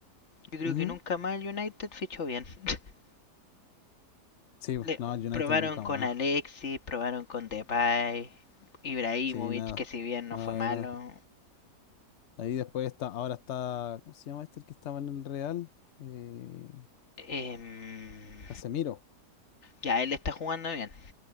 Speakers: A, on the left; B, on the left.
A: Yo creo
B: Ujú.
A: que nunca más el United fichó bien. <laughs>
B: Sí,
A: le-
B: no, el United
A: probaron
B: nunca
A: con
B: más.
A: Alexis, probaron con Depay, Ibrahimovic,
B: Sí, nada.
A: que si bien no
B: Nada
A: fue malo.
B: de nada. Ahí después está, ahora está, ¿cómo se llama este el que estaba en el Real? Eh,
A: em,
B: Casemiro.
A: ya, él está jugando bien,